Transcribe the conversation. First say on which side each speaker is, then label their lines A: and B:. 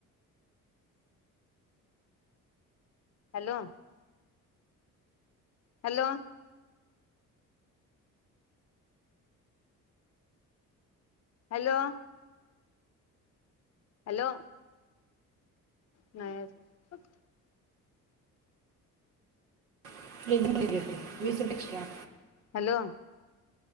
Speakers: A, on the left; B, on the right.
A: हॅलो हॅलो हॅलो हॅलो.. नाही अजून
B: <unintelligible> प्ज घेते वीस रुपये एक्स्ट्रा...
A: हॅलो